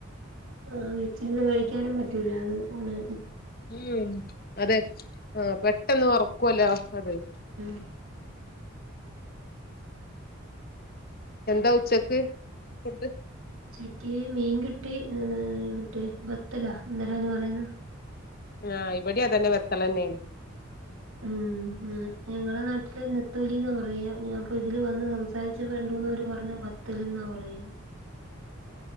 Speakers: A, on the right; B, on the left.
A: ആ വെച്ചിരുന്ന് കഴിക്കാനും പറ്റൂല അത് പോണ്
B: ഉം അതെ ആ പെട്ടെന്ന് വറക്കുവലോ അതെ
A: ഉം
B: എന്താ ഉച്ചക്ക് ഫുഡ്
A: ചേക്കി മീൻ കിട്ടി മറ്റേ ബത്തലാ എന്തരാ അതിനു പറയുന്ന
B: ആഹ് ഇവിടെ അതന്നെ വത്തളന്നെയ
A: ഉം ഞങ്ങളെ നാട്ടില് നത്തോലിന്ന് പറയാ ഞാൻപ്പോ ഇതില് വന്ന് സംസാരിച്ച വേണ്ട ൂന്നര് പറഞ്ഞ ബത്തൽ എന്നാ പറൻ